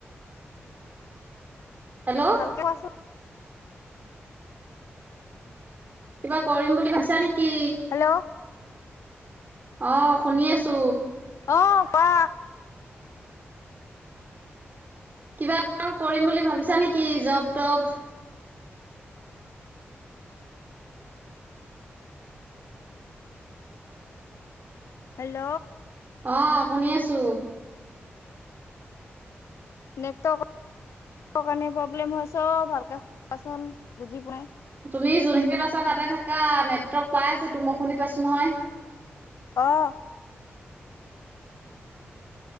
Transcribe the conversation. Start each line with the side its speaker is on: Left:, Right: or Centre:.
Right: হেল্ল'
Left: ভালকে কোৱাছোন।
Right: কিবা কৰিম বুলি ভাবিছা নেকি
Left: হেল্ল
Right: অ শুনি আছো।
Left: অ কোৱা
Right: কিবা কৰিম বুলি ভাবিছা নেকি জব তপ
Left: হেল্ল
Right: অ' শুনি আছো।
Left: নেকট নেৰ্টৱকৰ কাৰণে প্ৰব্লেম অ, ভালকে কোৱাচোন বুজি পোৱাই?
Right: তুমি যোনখিনিত আছা তাতে থাকা, নেটৱৰ্ক পাই আছে তো, মই শুনি পাইছো নহয়।
Left: অঁ